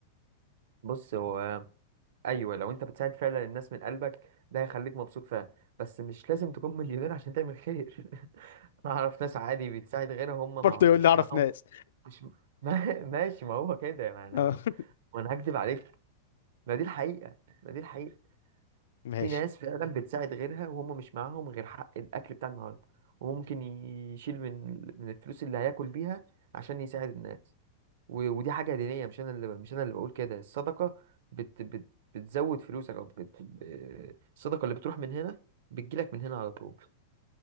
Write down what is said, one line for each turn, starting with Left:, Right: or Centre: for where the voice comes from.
Right: بص هو ايوه لو انت بتساعد فعلا الناس من قلبك ده هيخليك مبسوط فعلا بس مش لازم تكون مليونير عشان تعمل خير <laughs> انا اعرف ناس عادي بتساعد غيرها هم
Left: برضه
Right: مع... مش
Left: يقول لي اعرف
Right: معاهم
Left: ناس
Right: مش ما... <laughs> ماشي ما هو كده ما انا
Left: <laughs>
Right: وانا هكدب عليك ما دي الحقيقة ما دي الحقيقة
Left: ماشي
Right: في ناس فعلا بتساعد غيرها وهم مش معاهم غير حق الاكل بتاع النهارده وممكن يشيل من من الفلوس اللي هياكل بيها عشان يساعد الناس و- ودي حاجة دينية مش أنا اللي مش أنا اللي بقول كده الصدقة بت بت بتزود فلوسك أو بت ب- الصدقة اللي بتروح من هنا بتجيلك من هنا على طول